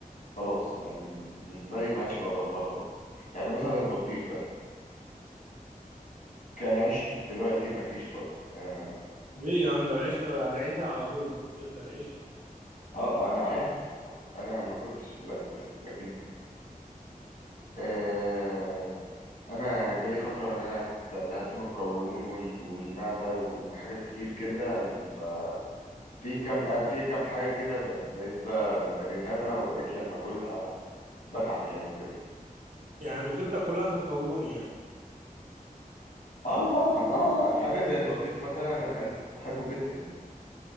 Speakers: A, on the left; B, on the right.
A: خلاص يعني بالنسبه لي ما عادش بقرب لها خالص يعني مثلا البطيخ ده كان عشقي دلوقتي ما فيش خالص اه,
B: ليه يا عم ده العيش على العيش على طول البطيخ ده العيش
A: آه آه، انا عارف ما- انا ما كنتش لا بس لكن آه، انا جالي فتره ان انا تعبت من القولون وال- والمعده وحاجات كتير كده ففي كم في كم حاجه كده ب- بقيت ب- بتجنبها وبقيت لما اكلها بتعب يعني وكده
B: يعني مشكلتك كلها في القولون يعني
A: اه طبعا اه آه، حاجه زي البطيخ مثلا انا كان كنت بحبه جدا يعني